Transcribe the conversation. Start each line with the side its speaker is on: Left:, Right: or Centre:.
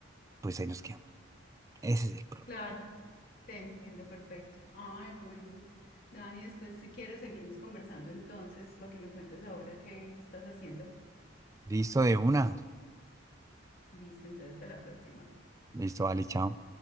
Right: pues ahí nos quedamos. Ese es el problema.
Left: Claro, te entiendo perfecto. Ay, bueno. Dani, después si quieres seguimos conversando entonces para que me cuentes ahora qué estás haciendo.
Right: Listo de una.
Left: Listo, entonces hasta la próxima.
Right: Listo, vale, chao.